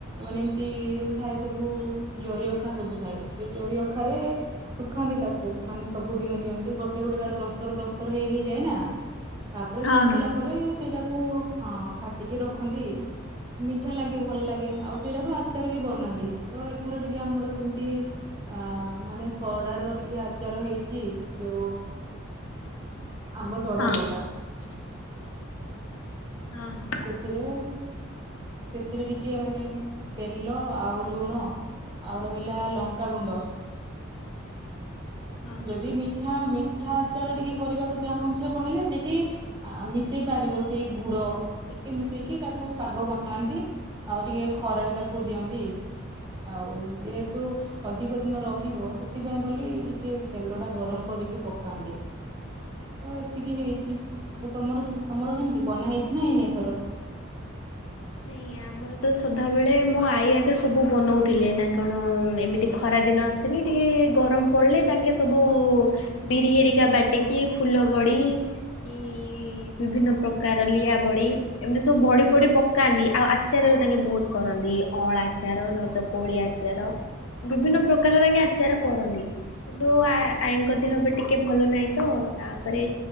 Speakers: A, on the right; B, on the left.
A: ମାନେ ଏମିତି ଯୋଉ ଥାଏ ସବୁ ଜରି ଅଖା ସବୁ ଥାଏ ସେଇ ଜରି ଅଖାରେ ଖାନ୍ତି ତାକୁ ମାନେ ସବୁ ଦିନ ଦିଅନ୍ତି ଗୋଟେ ଗୋଟେ ତାର ପ୍ରସ୍ତର ପ୍ରସ୍ତର ହେଇ ହେଇଯାଏ ନା। ତାପରେ
B: ହଁ
A: ଶୁଖିଲା
B: ହଁ ହଁ
A: ପରେ ସେଇଟାକୁ ହଁ କାଟିକି ରଖନ୍ତି। ମିଠା ଲାଗେ ଭଲ ଲାଗେ ଆଉ ସେଇଟାକୁ ଆଚାର ବି ବନାନ୍ତି ତ ଏଥର ଟିକେ ଆମର ସେମିତି ଅ ମାନେ ସଡାର ଟିକେ ଆଚାର ହେଇଚି ଯୋଉ ଆମ୍ବ ସଢା
B: ହଁ
A: ଯୋଉଟା।
B: ହଁ ହଁ।
A: ସେଥିରେ ସେଥିରେ ଟିକେ ମାନେ ତେଲ ଆଉ ଲୁଣ ଆଉ ରହିଲା ଲଙ୍କାଗୁଣ୍ଡ
B: ହଁ
A: ଯଦି
B: ହଁ।
A: ମିଠା ମିଠା ଆଚାର ଟିକେ କରିବାକୁ ଚାହୁଁଚ କହିଲେ ସେଠି ଆ ମିଶେଇ ପାରିବ ସେଇ ଗୁଡ ଟିକେ ମିଶେଇକି ତାକୁ ପାଗ ବନାନ୍ତି। ଆଉ ଟିକେ ଖରାରେ ତାକୁ ଦିଅନ୍ତି। ଆଉ ଯେହେତୁ ଅଧିକ ଦିନ ରହିବ ସେଥିପାଇଁ ବୋଲି ଟିକେ ତେଲ ଟା ଗରମ କରିକି ପକାନ୍ତି। ତ ଏତିକି ହେଇଛି ଆଉ ତମର ତମର କେମିତି ବନା ହେଇଛି ନା ହେଇନି ଏଥର?
B: ସେଇ ଆମ ମର ତ ସଦାବେଳେ ମୋ ଆଈ ଆଗେ ସବୁ ବନଉଥିଲେ ନା କଣ ଏମିତି ଖରା ଦିନ ଆସ ସିକି ଟିକେ ଗରମ ପଡିଲେ ଟାଙ୍କେ ସବୁ ବିରି ହେରିକା ବାଟିକି ଫୁଲ ବଡି କି କି ବିଭିନ୍ନ ପ୍ରକାର ଲିଆ ବଡି ଏମିତି ସବୁ ବଡି ଫଡି ପ କାନ୍ତି ଆଉ ଆଚାର ବି ଟାଙ୍କେ ବହୁତ କରନ୍ତି ଅଁଳା ଆଚାର ନହେ ତ କୋଳି ଆଚାର। ବିଭିନ୍ନ ପ୍ରକାର ତାଙ୍କେ ଆଚାର କରନ୍ତି। <unintelligible> ଆଈଙ୍କ ଦେହ ବି ଟିକେ ଭଲ ନାହିଁ ତ ତାପରେ